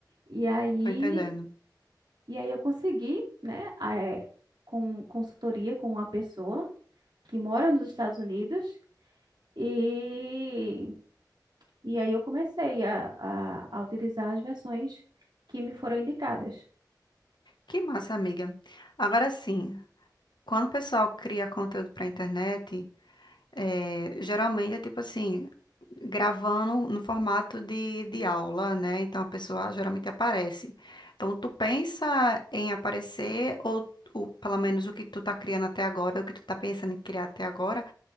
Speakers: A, on the right; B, on the left.
A: E aí,
B: Tô entendendo.
A: e aí eu consegui, né, eh, com consultoria com uma pessoa que mora nos Estados Unidos, e, e aí eu comecei a, a, a utilizar as versões que me foram indicadas.
B: Que massa, amiga. Agora sim, quando o pessoal cria conteúdo para internet É, geralmente é tipo assim, gravando no formato de, de aula, né? Então a pessoa geralmente aparece. Então tu pensa em aparecer, ou, ou pelo menos o que tu tá criando até agora, o que tu tá pensando em criar até agora,